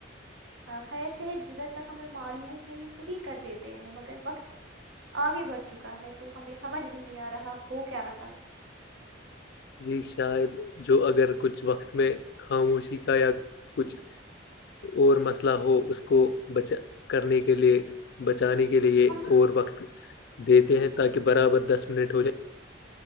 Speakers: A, on the right; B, on the left.
A: خیر سے جدھر تک ہمیں معلوم ہے یہ خود ہی کر دیتے ہیں مگر وقت آگے بڑھ چکا ہے تو ہمیں سمجھ نہیں آ رہا ہو کیا رہا ہے
B: جی شاید جو اگر کچھ وقت میں خاموشی کا یا کچھ اور مسئلہ ہو اس کو بچا کرنے کے لیے بچانے کے لیئے
A: ہم
B: اور وقت دیتے ہیں تاکہ برابر دس منٹ ہو جائے